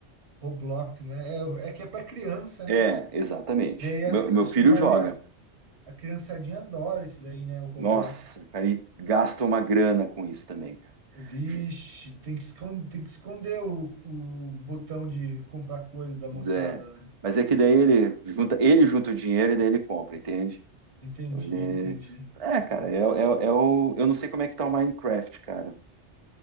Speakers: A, on the right (about 65°); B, on the right (about 30°).
A: Roblox, né? É, é que é pra criança,
B: É,
A: né?
B: exatamente.
A: Daí
B: O
A: a-
B: meu, o meu
A: acho
B: filho
A: que a maioria,
B: joga.
A: a, a criançadinha adora isso daí, né? O Roblox.
B: Nossa, cara, e gasta uma grana com isso também, cara.
A: Vixe,
B: Ju-
A: tem que esconder, tem que esconder o, o botão de comprar coisa da moçada,
B: é,
A: né?
B: mas é que daí ele junta, ele junta o dinheiro e daí ele compra, entende?
A: Entendi,
B: Então ele
A: entendi.
B: é, é, cara, é, é, é o, eu não sei como é que tá o Minecraft, cara.